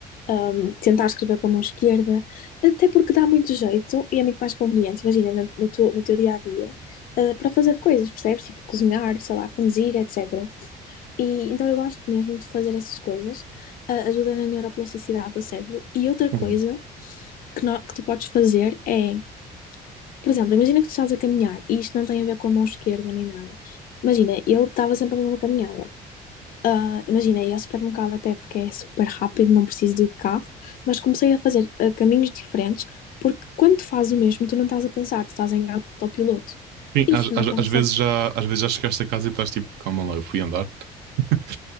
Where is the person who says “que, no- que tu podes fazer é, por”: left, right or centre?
Left